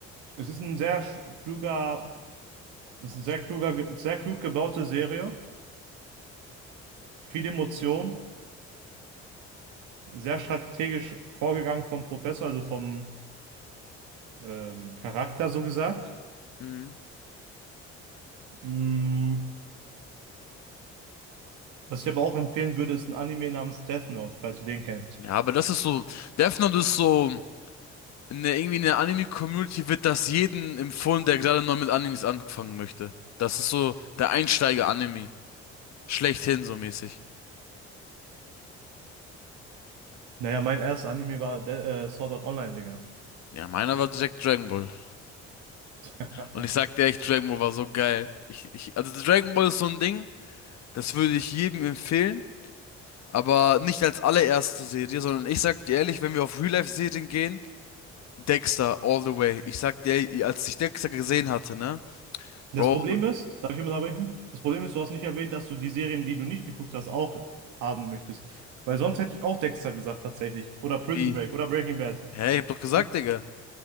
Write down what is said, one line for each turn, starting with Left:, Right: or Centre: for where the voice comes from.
Right: Es ist ein sehr sch- kluger, es ist ein sehr kluger, ge- sehr klug gebaute Serie. Viel Emotion, sehr strategisch vorgegangen vom Professor, also vom ähm, Charakter so gesagt.
Left: Mhm.
Right: Mm, was ich aber auch empfehlen würde, ist ein Anime namens Death Note, falls du den kennst.
Left: Ja, aber das ist so, Death Note ist so, in der, irgendwie in der Anime-Community wird das jeden empfohlen, der gerade neu mit Animes anfangen möchte. Das ist so der Einsteiger-Anime. Schlechthin so mäßig.
Right: Naja, mein erster Anime war äh, Sword Art Online, Digga.
Left: Ja, meiner war direkt Dragon Ball.
Right: <laughs>
Left: Und ich sag dir echt, Dragon Ball war so geil. Ich, ich, also Dragon Ball ist so ein Ding, das würde ich jedem empfehlen. Aber nicht als allererste Serie, sondern ich sag dir ehrlich, wenn wir auf Real-Life-Serien gehen, Dexter all the way. Ich sag dir, als ich Dexter gesehen hatte, ne?
Right: Das
Left: Bro,
Right: Problem ist, darf ich mal unterbrechen? Das Problem ist, du hast nicht erwähnt, dass du die Serien, die du nicht geguckt hast, auch haben möchtest. Weil sonst hätte ich auch Dexter gesagt, tatsächlich. Oder Prison
Left: wie?
Right: Break oder Breaking Bad.
Left: Hä, ich hab doch gesagt,
Right: Mhm.
Left: Digga.